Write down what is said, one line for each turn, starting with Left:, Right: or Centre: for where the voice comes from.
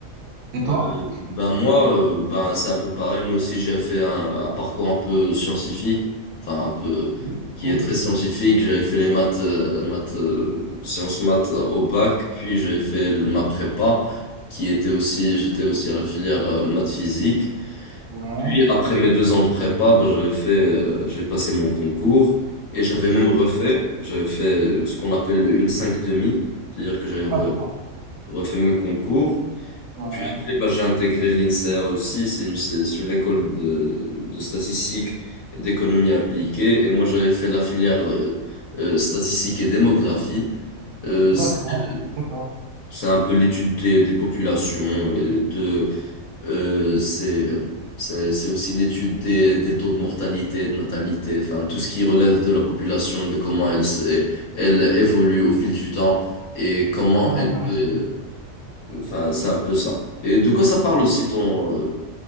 Right: Et toi?
Left: Euh, ben moi, euh, ben c'est un peu pareil. Moi aussi, j'ai fait un, un parcours un peu scientifique, enfin un peu
Right: Cool,
Left: qui
Right: cool.
Left: est très scientifique. J'avais fait les maths, euh, maths, euh, sciences maths au bac, puis j'ai fait le- ma prépa, qui était aussi, j'étais aussi à la filière euh, maths physique.
Right: Ouais,
Left: Puis après mes deux ans de prépa, ben, j'avais fait, euh, j'ai passé mon concours et j'avais même refait, j'avais fait euh, ce qu'on appelle le une cinq demi, c'est-à-dire que j'avais re-
Right: ah d'accord.
Left: refait mes concours.
Right: Ouais,
Left: Puis après, ben, j'ai intégré l'INSEA aussi, c'est une, c'est c'est une école de, de statistique et d'économie appliquée. Et moi, j'avais fait la filière euh, euh, statistique et démographie. Euh,
Right: d'accord,
Left: c'est euh,
Right: d'accord.
Left: c'est un peu l'étude des, des populations, euh, de euh, c'est, c'est, c'est aussi l'étude des, des taux de mortalité, de natalité, enfin tout ce qui relève de la population, de comment elle, se- elle évolue au fil du temps et comment
Right: Très
Left: elle
Right: intéressant.
Left: peut... Enfin, c'est un peu ça. Et de quoi ça parle aussi ton... euh,